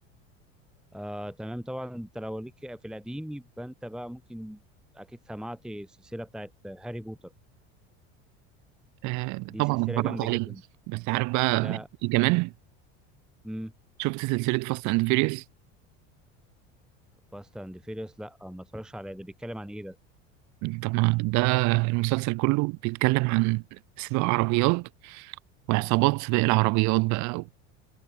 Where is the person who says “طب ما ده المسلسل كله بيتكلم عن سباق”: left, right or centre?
Right